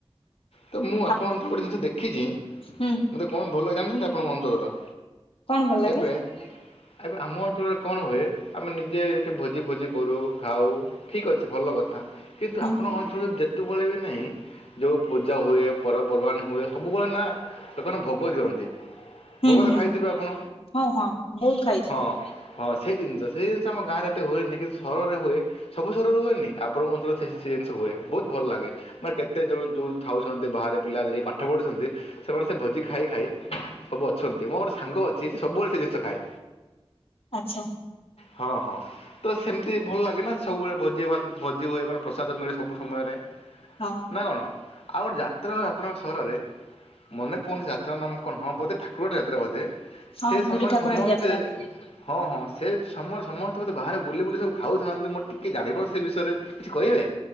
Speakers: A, on the left (about 90°); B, on the left (about 70°).
A: ତ ମୁଁ ଆପଣଙ୍କ
B: ଆ
A: ଅଞ୍ଚଳ ଗୋଟେ ଜିନିଷ ଦେଖିଚି ମୋତେ
B: ହୁଁ
A: କଣ ଭଲ ଲାଗେ ଜାଣିଛନ୍ତି ଆପଣଙ୍କ ଅଞ୍ଚଳର?
B: କଣ ଭଲ ଲାଗେ?
A: ଏବେ ଏବେ ଆମ ଅଞ୍ଚଳରେ କଣ ହୁଏ ଆମେ ନିଜେ ଏଠି ଭୋଜି ଫୋଜି କରୁ ଖାଉ ଠିକ୍ ଅଛି ଭଲ କଥା। କିନ୍ତୁ
B: ହୁଁ
A: ଆପଣଙ୍କ ଅଞ୍ଚଳରେ ଯେତେବେଳେ ବି ନାଇଁ ଯୋଉ ପୂଜା ହୁଏ, ପର୍ବପର୍ବାଣି ହୁଏ, ସବୁବେଳେ ନା ଲୋକମାନେ ଭୋଗ ଦିଅନ୍ତି।
B: ହୁଁ
A: ଭୋଗତ
B: ହୁଁ
A: ଖାଇଥିବେ ଆପଣ?
B: ହଁ ହଁ ବହୁତ ଖାଇଛୁ
A: ହଁ। ହଁ ସେଇ ଜିନିଷ, ସେଇ ଜିନିଷ ଆମ ଗାଁ ରେ ଏତେ ହୁଏନି, କିନ୍ତୁ ସହରରେ ହୁଏ, ସବୁ ସହରରେ ହୁଏନି, ଆପଣଙ୍କ ଅଞ୍ଚଳରେ ସେଇ ହୁଏ, ବହୁତ ଭଲ ଲାଗେ, ମାନେ କେତେ ଯୋଉ ଯୋଉ ଥାଉଛନ୍ତି ବାହାରେ ପିଲାମାନେ ଯାଇ ପାଠ ପଢୁଛନ୍ତି ସେମାନେ ସେ ଭୋଜି ଖାଇ ଖାଇ ସବୁ ଅଛନ୍ତି, ମୋ ଗୋଟେ ସାଙ୍ଗ ଅଛି ସେ ସବୁବେଳେ ସେ ଜିନିଷ ଖାଏ।
B: ଆଚ୍ଛା
A: ହଁ, ହଁ ତ ସେମିତି ଭଲ ଲାଗେ ନା, ସବୁବେଳେ ଭୋଜି ଭ ଭୋଜି ହୁଏ ମାନେ ପ୍ରସାଦ ମିଳେ ସବୁ ସମୟରେ।
B: ହଁ
A: ନା କଣ? ଆଉ ଗୋଟେ ଯାତ୍ରା ହୁଏ ଆପଣଙ୍କ ସହରରେ, ମନେ ପଡୁନି ସେ ଯାତ୍ରା ର ନାମ କଣ ହଁ ବୋଧେ ଠାକୁରଣୀ ଯାତ୍ରା ବୋଧେ।
B: ହଁ
A: ସେ ସମୟରେ
B: ବୁଢୀ ଠାକୁରାଣୀ
A: ସମସ୍ତେ
B: ଯାତ୍ରା
A: ହଁ ହଁ ସେ ସମ ସମସ୍ତେ ମୋତେ ବାହାରେ ବୁଲି ବୁଲି ସବୁ ଖାଉଥାନ୍ତି, ମୋର ଟିକିଏ ଜାଣିବନି ସେ ବିଷୟରେ କିଛି କହିବେ